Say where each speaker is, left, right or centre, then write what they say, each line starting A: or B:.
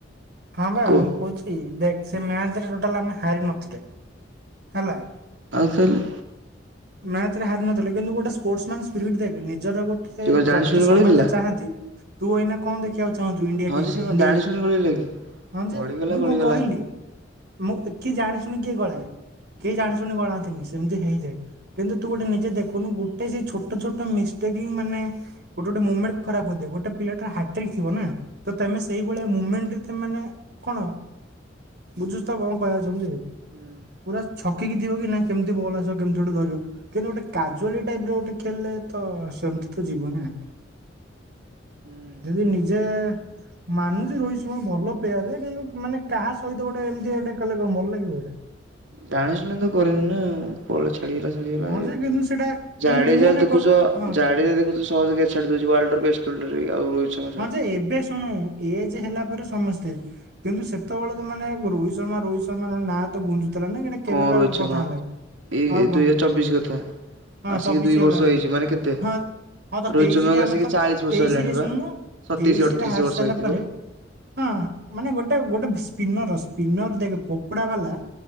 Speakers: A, on the right; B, on the right.
A: ହଁ ବା
B: କୁହ
A: ମୁଁ କହୁଛି ଦେଖ ମ୍ୟାଚ ଆମେ ଟୋଟାଲୀ ହାରି ନଥିଲେ ହେଲା।
B: ଆଉ ତାହାଲେ?
A: ମ୍ୟାଚ ରେ ହାରି ନଥିଲେ କିନ୍ତୁ ଗୋଟେ ସ୍ପୋର୍ଟସ ମ୍ୟାନ ସ୍ପିରିଟ୍ ଦେ ନିଜର ଗୋଟେ
B: ସେ କଣ ଜାଣି
A: ପ୍ରକ
B: ଶୁଣି
A: ସମୟ
B: ଗଳିଥିଲା?
A: ଚାହାନ୍ତି। ତୁ ଏଇନା କଣ ଦେଖିବାକୁ ଚାହୁଁଛୁ ଇଣ୍ଡିଆ
B: ହଁ
A: ଟିମ୍
B: ଯେ ସେ
A: ରେ ଇଣ୍ଡିଆ
B: କଣ ଜାଣି
A: ଯେ
B: ଶୁଣି ଗଳିଲା କି? ଗଳିଗଲା
A: ମୁଁ
B: ଗଳିଗଲା
A: କଣ କହିଲି? ମୁଁ କିଏ ଜାଣି ଶୁଣି କିଏ ଗଳା କିଏ
B: ନା
A: ଜାଣି ଶୁଣି
B: ହୁଁ
A: ଗଳାନ୍ତିନି ସେମିତି ହେଇଯାଏ। କିନ୍ତୁ ତୁ ଗୋଟେ ନିଜେ ଦେଖୁନୁ ଗୋଟେ ସେଇ ଛୋଟ ଛୋଟ ମିଷ୍ଟେକ ହି ମାନେ ଗୋଟେ ଗଟେ ମୁଭମେଟ ଖରାପ ହ ଗଟ ପିଲାଟା ହାଟରେ ଥିବା ନା। ତ ତମେ ସେଇଭଳିଆ ମୁମେଣ୍ଟ ରେ ମାନେ କଣ ବୁଝୁଛ ତ କଣ କହିବାକୁ ଚାହୁଁଛି।
B: ହୁଁ।
A: ପୁରା ଛକି ଥିବ କି ନା କେମିତି ବଳ ଆସିବ କେମିତି ଗୋଟେ ଧରିବ। କିନ୍ତୁ ଗୋଟେ କାଜୁଆଲି ଟାଇପ ର ଗୋଟେ ଖେଳିଲ ତ ସେମିତି ତ ଯିବ ନା।
B: ହୁଁ
A: ଯଦି ନିଜେ ମାନୁଛି ରୋହିତ ଶର୍ମା ଭଲ ପ୍ଲେୟାର ଯେ କିନ୍ତୁ ମାନେ କାହା ସହିତ ଗୋଟେ ଏମିତି ଏଇଟା କଲେ କଣ ଭଲ ଲାଗିବ ଏଇଟା।
B: ଟାଣାଶୁଣି ତ କରନି ନା। ପଳେ ଛାଡିଗଲା ଛାଡିଗଲା
A: ହଁ ଯେ କିନ୍ତୁ ସେଇଟା କିନ୍ତୁ
B: ଜାଡେ
A: ମୁଁ
B: ଯାହା
A: ନା
B: ଦେଖୁଛ
A: କହୁ ହଁ
B: ଜାଡେ ଯା ଦେଖୁଛ। ସହଜ ଛାଡିଦଉଛି ୱାଲଡ ର <unintelligible> ଆଉ ଶର୍ମା ଛାଡୁ
A: ହଁ ଯେ ଏବେ ଶୁଣୁ ଏଜ ହେଲା ପରେ ସମସ୍ତେ କିନ୍ତୁ ସେତେବେଳେ ତ ମାନେ ରୋହିତ ଶର୍ମା ରୋହିତ ଶର୍ମା ନାଁ ତ ଗୁୁ ଥିଲା ନାଇଁ କି କେବେ
B: କଣ
A: କ
B: ରୋହିତ ଶର୍ମା
A: କଥା ହେଲା
B: ଏଇ
A: ଆଉ
B: ଦୁଇ
A: କଣ?
B: ହଜାର ଚବିଶ କଥା
A: ହଁ
B: ଆସିକି
A: ଚବିଶ
B: ଦୁଇ
A: ହେଲା
B: ବର୍ଷ ହେଇଛି ମାନେ କେତେ
A: ହଁ ହଁ ତ
B: ରୋହିତ
A: ତେଇଶି
B: ଶର୍ମାକୁ
A: ରେ ଆମେ
B: ଆସିକି
A: ତ
B: ଚାଳିଶ ବର୍ଷ
A: ତେଇଶି
B: ହେଲାଣି
A: ରେ
B: ବା
A: ଶୁଣନୁ
B: ସତେଇଶ
A: ତେଇଶିରେ
B: ଅଠତିରିଶ
A: ହାରି
B: ବର୍ଷ
A: ସାରିଲା
B: ହେଇଥିବ।
A: ପରେ ହଁ ମାନେ ଗୋଟେ ଗୋଟେ ସ୍ପିନର ସ୍ପିନର ଦେଖ ଫୋପଡା ବାଲା